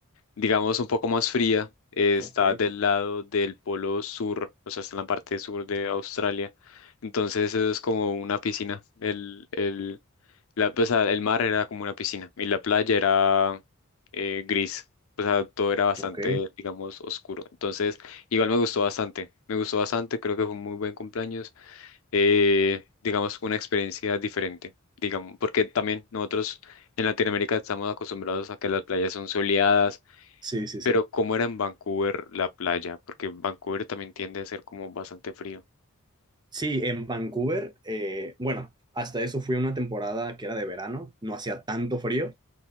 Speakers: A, on the left; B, on the right.
A: digamos, un poco más fría, eh, está
B: Ok,
A: del lado del polo sur, o sea, está en la parte sur de Australia. Entonces eso es como una piscina. El, el, la, pues, ah, el mar era como una piscina y la playa era eh, gris. O sea, todo era bastante,
B: ok.
A: digamos, oscuro. Entonces, igual me gustó bastante. Me gustó bastante, creo que fue un muy buen cumpleaños. eh, digamos, una experiencia diferente, digamos, porque también nosotros en Latinoamérica estamos acostumbrados a que las playas son soleadas
B: Sí, sí, sí.
A: pero ¿cómo era en Vancouver la playa? Porque Vancouver también tiende a ser como bastante frío.
B: Sí, en Vancouver, eh, bueno, hasta eso fui una temporada que era de verano, no hacía tanto frío,